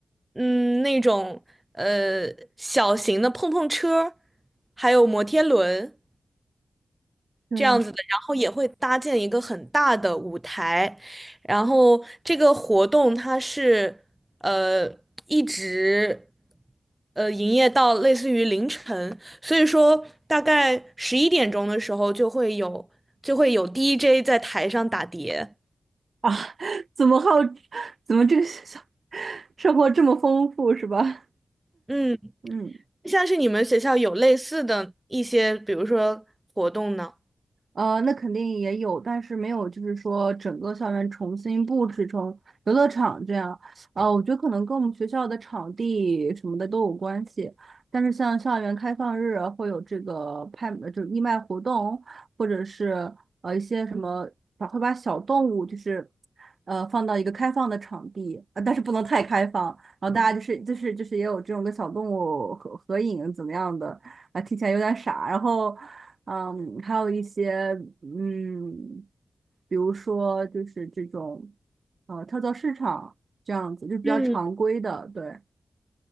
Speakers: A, on the right (about 20°); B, on the right (about 65°).
A: 嗯那种呃小型的碰碰车，还有摩天轮。
B: 对，
A: 这样子的，然后也会搭建一个很大的舞台，然后这个活动它是呃一直呃营业到类似于凌晨，所以说大概十一点钟的时候就会有就会有 DJ 在台上打碟，
B: 啊？<laughs> 怎么好？怎么这个 <laughs> 学校生活这么丰富是吧？
A: 嗯，
B: 嗯。
A: 像是你们学校有类似的一些，比如说活动呢？
B: 呃，那肯定也有，但是没有，就是说整个校园重新布置成游乐场这样。呃，我觉得可能跟我们学校的场地什么的都有关系。但是像校园开放日啊会有这个拍，呃就是义卖活动，或者是呃一些什么，把会把小动物就是呃放到一个开放的场地，呃，但是不能太开放。然后大家就是就是就是也有这种跟小动物合合影怎么样的。啊，听起来有点傻。然后嗯，还有一些嗯，比如说就是这种呃跳蚤市场这样子，就比较常规的，
A: 嗯，
B: 对，